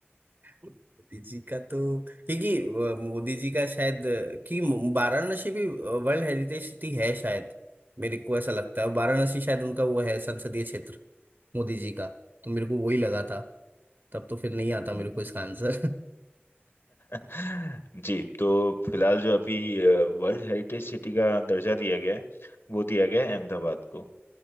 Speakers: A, on the right (about 50°); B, on the left (about 70°).
A: मोदी जी का तो क्योंकि अ, मोदी जी का शायद अ, कि मु- वाराणसी भी वर्ल्ड हेरिटेज सिटी है शायद मेरे को ऐसा लगता है वाराणसी शायद उनका वो है संसदीय क्षेत्र मोदी जी का तो मेरे को वही लगा था तब तो फिर नहीं आता
B: हम्म।
A: मेरे को इसका आंसर <laughs>
B: <laughs> जी तो फिलहाल जो अभी वर्ल्ड हेरिटेज सिटी का दर्जा दिया गया है वो दिया गया है अहमदाबाद को